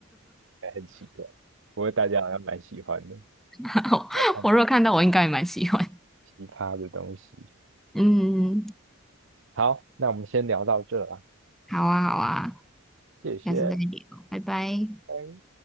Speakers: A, on the right; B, in the centre.
A: 哎，很奇怪。不过大家好像蛮喜欢的，
B: <laughs>
A: 要看
B: 我如果看到，我应该也蛮喜欢。
A: 奇葩的东西。
B: 嗯，
A: 好，那我们先聊到这啦，
B: 好啊，好啊，
A: 谢谢，
B: 下次再聊，拜拜。
A: 拜。